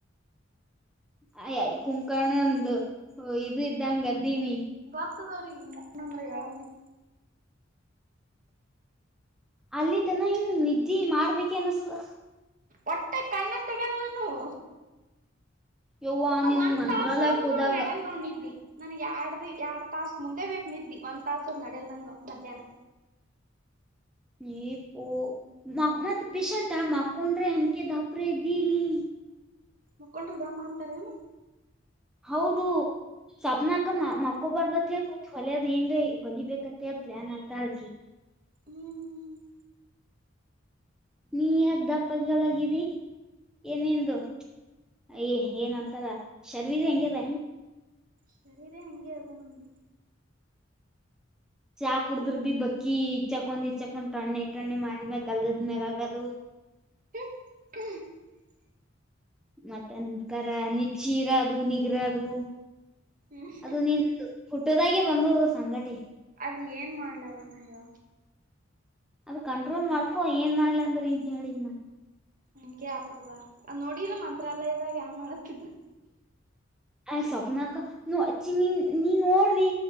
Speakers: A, in the centre; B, on the right (about 45°).
A: ಅಯ್ ಕುಂಕರ್ಣ ಅಂದು ಇದು ಇದ್ದಂಗ್ದನಿ
B: ಗೊತ್ತಾದ್ ಅವ್ರಿಗೆ ಮಾಕೊಂಡ್ರೆ ಏಳಲ್ಲ ನ
A: ಅಲ್ಲಿ ತನ ಹಿಂಗ ನಿದ್ದಿ ಮಾಡ್ಬೇಕೆ ಅನುಸ್ತದ
B: ಒಟ್ಟೆ ಕಣ್ಣ ತಗಲ್ ನನವು
A: ಯವ್ವ ನಿಂಗ್
B: ಒಂದ್
A: ಮಂತ್ರಾಲಯಕ್
B: ತಾಸ ಅದು
A: ಹೋದಾಗ
B: ನಂಗ್ ನಡಲ್ ನೋಡ್ ನಿದ್ದಿ ನನ್ಗ್ ಎರಡ್ ಎರಡ್ ತಾಸ್ ಮುಂದೆ ಬೇಕ್ ನಿದ್ದಿ ಒಂದ್ ತಾಸದ್ ನಡ್ಯಲ್ ನಂಗ ಮಧ್ಯಾಹ್ನ
A: ನೀ ಪೋ ಮತ್
B: ಹ್ಮ್
A: ಪೇಶಂಟಾ ಮಕೊಂಡ್ರೆ ಅನ್ಕ ದಪ್ರ ಇದ್ದೀನಿ
B: ಮುಕ್ಕೊಂಡ್ರ ದಮ್ಮ ಆತಾರೇನ
A: ಹೌದು ಸಪ್ನಾಕ
B: ಹ್ಮ್
A: ಮಕ್ಕೊಬರ್ದತ್ ಅತ್ ಹೇಳಿ ಕು ಹೊಲದ ಏನ್ರೀ ಹೊಲಿ ಬೇಕತ್ತೆಲಿ ಪ್ಲಾನ್ ಆಗ್ತಾ ಹಾಕಿ
B: ಹ್ಮ್ ಹ್ಮ್ ಹ್ಮ್
A: ನೀ ಯಾಕ ದಪ್ಪಾಗಲ್ಲಾಗಿದಿ ಎನಿಂದು ಅಯ ಏನಂತರ ಶರೀರಬಿ ಹೆಂಗ ಅದ ಏನ್
B: ಶರೀರ ಹೆಂಗೆ ಅದ ನಂದು
A: ಚಾ ಕುದ್ರಭೀ ಬಕ್ಕಿ ಇಚಕೊಂಡ್ ಇಚಕೊಂಡ್ ಟಣ್ಣೆ ಮಾರಿ ಮ್ಯಾಗ ಗಲ್ದದ್ ಮ್ಯಾಗ ಆಗದು
B: ಹ್ಮ್ಮ
A: ಮತ್ತಂದ ಕರ ನೀ ಚೀರ ಅದು ನಿಗರದು
B: ಹ್ಮ್
A: ಅದು ನಿಂದು ಪುಟ್ಟದಾಗೆ ಬಂದಬೋದು ಸಂಗಟೆ
B: ಅದ ಏನ್ ಮಾಡ್ಲವ ನಾ ಹೇಳ್
A: ಅದ್ ಕಂಟ್ರೋಲ್ ಮಾಡ್ಕೊ ಏನ್ ಮಾಡ್ಲ ಅಂದ್ರ ಏನ್ ಹೇಳ್ಲಿ ನ
B: ಹಂಗೆ ಆತದವಾ ನೋಡಿಲ್ಲ ಮಂತ್ರಾಲಯದಗ ಹೆಂಗ್ ಮಾಡ್ಲಹಟ್ಟಿದ್ದ
A: ಸ್ವಪ್ನಾಕ್ಕ ಅ ನೀನ್ ನೀನ್ ನೋಡ್ರಿ